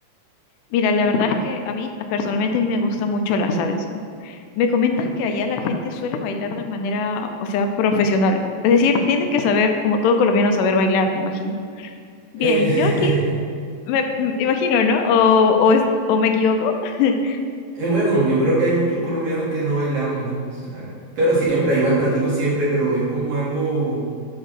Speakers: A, on the left; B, on the right.
A: Mira, la verdad es que a mí personalmente a mí me gusta mucho la salsa. Me comentas que allá la gente suele bailar de manera, o sea, profesional. Es decir, tienes que saber, como todo colombiano, saber bailar, imagino. Bien,
B: Eh,
A: yo aquí me m- imagino, ¿no? O, o, es- o me equivoco. <laughs>
B: <laughs> eh, bueno, yo creo que hay muchos colombianos que no bailamos, ¿no? O sea, pero siempre, hay bastanticos siempre, pero es como algo